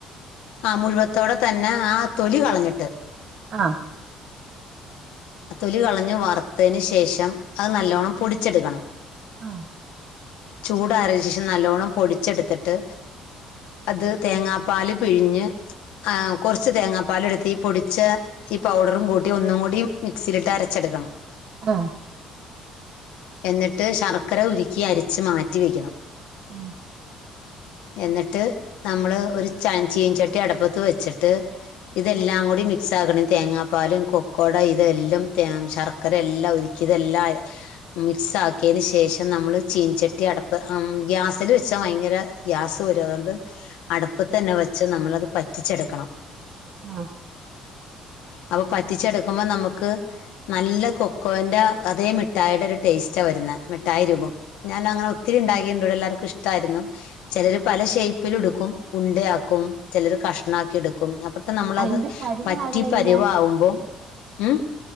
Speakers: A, on the left (about 80°); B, on the right (about 35°).
A: ആ മുഴുവത്തോടെ തന്നെ ആ തൊലി കളഞ്ഞിട്ട്
B: ആഹ
A: തിലി കളഞ്ഞു വറുത്തതിനന് ശേഷം അത് നല്ലവണ്ണം പൊടിച്ചെടുക്കണം
B: ആഹ്
A: ചൂടാറ്യേ ശേഷം നല്ലവോണ്ണം പൊടിച്ചെടുത്തിട്ട് അത് തേങ്ങാപ്പാല് പിഴിഞ്ഞ് കുറച്ച് തേങ്ങാപ്പാല എടുത്തി പൊടിിച്ച ഈ പൗഡറും കൂട്ടി ഒന്നും കൂടി മിക്സിയിലിട്ട് അരച്ചെടുക്കണം
B: ആഹ
A: എന്നിട്ട് ശർക്കര ഉരുക്കി അരിച്ച്ു മാറ്റിിവെക്കണം
B: ആഹ
A: എന്നിട്ട് നമ്മള് ഒരു ച ചീൻചട്ടി അടപ്പത്ത് വെച്ചിട്ട് ഇതെല്ലാം കൂടി മിക്സ് ആക്കണം തേങ്ങാപ്പാലും കൊക്കോട െല്ല തേങ്ങ ശർക്കരല്ലാംഉരുക്കി അതെല്ലാം മികസാക്കിയതിന ശേഷ നമ്മ പീൻ ചെട്ടി അടപ്പ് ഗ്യാസിൽ വെച്ചാ ഭയങ്കര ഗ്യാസ് വരും അതുകൊണ്ട് അടപ്പ തന്നെ വെച്ച പക്ഷെ നമ്മളത് പറ്റിച്ചെടുക്കണം
B: ആഹ
A: അപ്പൊ പറ്റിച്ചെടുക്കുമ്പോ നമുക്ക് ക്ക് നല്ല കൊക്കോന്റാ അതേ മിട്ടായിടെ ഒരു ടെസ്റ്റാ വരുന്നേ മിട്ടായി രൂപം അന് അങ്ങനെ ഒത്തിരി ഉണ്ടാക്കേണ്ടൂ എല്ലാറ്ക്കും ഇഷ്ടാരുന്നു ചെലര്
B: ആഹ്
A: പല ഷേപ്പില് ഉടുക്കും ഉണ്ടയാക്കും ചെലര് കഷ്ണാക്കി എടുക്കും അപ്പ നമ്മളത്
B: അതിന്റെ പരുവാകണ
A: പറ്റി പരുവാവുമ്പം
B: എങ്ങനെയാ
A: ഉം